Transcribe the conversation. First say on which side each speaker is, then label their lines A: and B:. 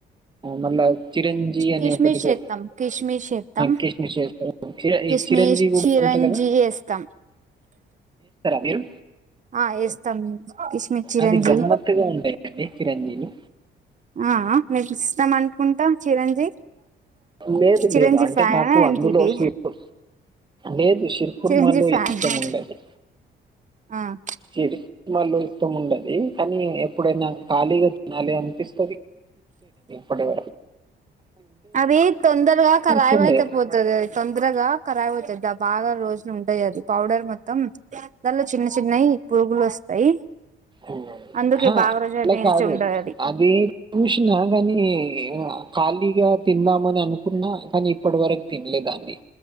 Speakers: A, on the right; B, on the right.
A: మళ్ళ చిరంజీ అని
B: కిస్మిస్
A: ఒకటితో
B: చేస్తాం కిస్మిస్ చేస్తాం
A: కృష్ణ చేస్త.
B: కిస్మిస్
A: ఈ చిరంజీ కూడా
B: చిరంజి
A: ఉంటా కదా.
B: వేస్తాం
A: మీరు
B: ఆ వేస్తాం మే కిష్మి చిరంజీ.
A: అది గమ్మత్తుగా ఉంటాయండి చిరంజీవి
B: ఆ మీకు ఇస్తాం అనుకుంటా చిరంజీ.
A: లేదు
B: చిరంజీ
A: లేదు అంటే
B: ఫ్యానా
A: నాకు
B: ఏంటి
A: అందులో
B: ఇది
A: సపు. లేదు షిర్కుర్మాలో
B: చిరంజీ ఫ్యానా
A: ఇష్టం ఉండదు.
B: ఆ.
A: చెడి వాళు ఇష్టం ఉండది కానీ ఎప్పుడైనా ఖాళీగా తినాలి అని. స్ పటవ
B: అది తొందరగా రాయం
A: తినలే
B: అయితే పోతుది అది తొందరగా. ఖరాయి అవుతుది బాగా రోజులు ఉంటాయి అది పౌడర్ మొత్తం దానిలో చిన్న చిన్నవి పురుగులు వస్తాయి.
A: ఉ.
B: అందుకే
A: హ
B: బాగా రోజులు
A: అలా
B: నిలిచి
A: కాదు
B: ఉండదు అది
A: అదే చూషిన కానీ. ఖాళీగా తిందామని అనుకున్నా కానీ ఇప్పటి వరకు తినలేదాన్ని.